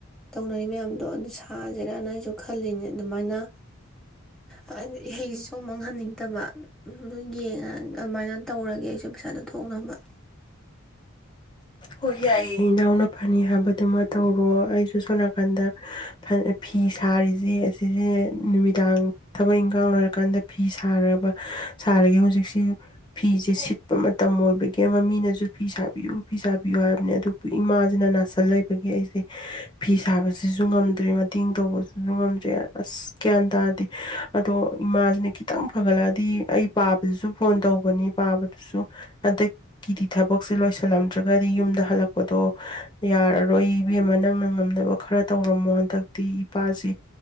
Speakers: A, in the centre; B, on the left.
A: ꯇꯧꯅꯔꯤ ꯃꯌꯥꯝꯗꯣ ꯑꯗꯨ ꯁꯥꯁꯦ ꯔꯅ ꯑꯩꯁꯨ ꯈꯜꯂꯤꯅꯦ ꯑꯗꯨꯃꯥꯏꯅ ꯍꯥꯏꯗꯤ ꯏꯍꯩꯁꯤꯁꯨ ꯃꯥꯡꯍꯟꯅꯤꯡꯗꯕ ꯑꯗꯨ ꯌꯦꯡꯉ ꯑꯗꯨꯃꯥꯏꯅ ꯇꯧꯔꯒꯦ ꯑꯩꯁꯨ ꯄꯩꯁꯥꯗ ꯊꯣꯛꯅꯕ
B: ꯑꯣ ꯌꯥꯏꯌꯦ ꯏꯅꯥꯎꯅ ꯐꯥꯅꯤ ꯍꯥꯏꯕꯗꯨꯃ ꯇꯧ ꯑꯣ ꯑꯩꯁꯨ ꯁꯣꯝꯅꯥꯀꯟꯗ ꯐꯤ ꯁꯥꯔꯤꯁꯦ ꯑꯁꯤꯁꯦ ꯅꯨꯃꯤꯗꯥꯡ ꯊꯕꯛ ꯏꯪꯈꯥꯡ ꯂꯣꯏꯔꯀꯥꯟꯗ ꯐꯤ ꯁꯥꯔꯕ ꯁꯥꯔꯒꯦ ꯍꯧꯖꯤꯛꯁꯤ ꯐꯤꯁꯦ ꯁꯤꯠꯄ ꯃꯇꯝ ꯑꯣꯏꯕꯒꯤ ꯑ‍ꯦ ꯃꯃꯤꯅꯁꯨ ꯐꯤ ꯁꯥꯕꯤꯌꯨ ꯄꯤ ꯁꯥꯕꯤꯌꯣ ꯍꯥꯏꯕꯅꯦ ꯑꯗꯨꯕꯨ ꯏꯃꯥꯁꯤꯅ ꯅꯥꯁꯜ ꯂꯩꯕꯒꯤ ꯑꯩꯁꯦ ꯐꯤ ꯁꯥꯕꯁꯤꯁꯨ ꯉꯝꯗ꯭ꯔꯦ ꯃꯇꯦꯡ ꯇꯧꯕꯁꯤꯁꯨ ꯉꯝꯗ꯭ꯔꯦ ꯑꯁ ꯒ꯭ꯌꯥꯟ ꯇꯥꯔꯗꯤ ꯑꯗꯣ ꯏꯃꯥꯁꯤꯅ ꯈꯤꯇꯪ ꯐꯒꯠꯂꯛꯑꯗꯤ ꯑꯩ ꯄꯥꯕꯗꯨꯁꯨ ꯐꯣꯟ ꯇꯧꯕꯅꯤ ꯄꯥꯕꯗꯨꯁꯨ ꯍꯟꯗꯛꯀꯤꯗꯤ ꯊꯕꯛꯁꯦ ꯂꯣꯏꯁꯤꯜꯂꯝ ꯅꯠꯇ꯭ꯔꯒꯗꯤ ꯌꯨꯝꯗ ꯍꯜꯂꯛꯄꯗꯣ ꯌꯥꯔꯔꯣꯏ ꯏꯕꯦꯝꯃ ꯅꯪ ꯉꯝꯅꯕ ꯈꯔ ꯇꯧꯔꯝꯃꯣ ꯍꯟꯗꯛꯇꯤ ꯏꯄꯥꯁꯤ